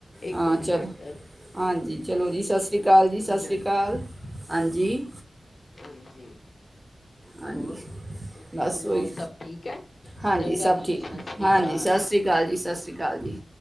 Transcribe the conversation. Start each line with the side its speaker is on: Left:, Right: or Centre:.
Left: ਇੱਕ
Right: ਹਾਂ
Left: ਮਿੰਟ
Right: ਚਲੋ ਹਾਂਜੀ ਚਲੋ ਜੀ ਸਤਿ ਸ਼੍ਰੀ ਅਕਾਲ
Left: ਇੱਕ
Right: ਜੀ ਸਤਿ
Left: ਮਿੰਟ
Right: ਸ਼੍ਰੀ ਅਕਾਲ ਹਾਂਜੀ
Left: ਹਾਂਜੀ
Right: ਹਾਂਜੀ
Left: ਹੋਰ ਤੁਸੀਂ
Right: ਬਸ
Left: ਸੁਣਾਓ
Right: ਉਓਹੀ
Left: ਸਭ ਠੀਕ ਹੈ?
Right: ਹਾਂਜੀ
Left: ਚੰਗਾ
Right: ਸਭ
Left: ਜੀ
Right: ਠੀਕ
Left: ਸਤਿ ਸ੍ਰੀ
Right: ਹਾਂਜੀ
Left: ਅਕਾਲ।
Right: ਸਤਿ ਸ਼੍ਰੀ ਅਕਾਲ ਜੀ ਸਤਿ ਸ਼੍ਰੀ ਅਕਾਲ ਚੱਲ ਜੀ